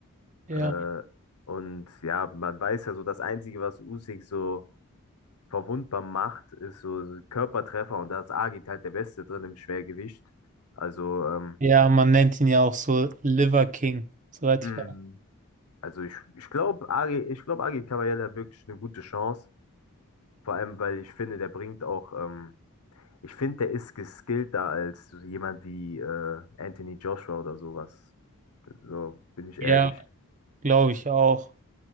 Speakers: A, on the right; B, on the left.
A: ja.
B: Äh, und ja, man weiß ja so, das Einzige, was Usyk so verwundbar macht, ist so so Körpertreffer und da ist Agit halt der Beste drin im Schwergewicht. Also, ähm,
A: Ja, man nennt ihn ja auch so Liver King, soweit
B: hm,
A: ich weiß.
B: also ich, ich glaube, Agit, ich glaub, Agit Kabayel hat wirklich eine gute Chance. Vor allem, weil ich finde, der bringt auch ähm, Ich finde, der ist geskillter als so jemand wie äh, Anthony Joshua oder sowas. So bin ich
A: Ja,
B: ehrlich.
A: glaube ich auch.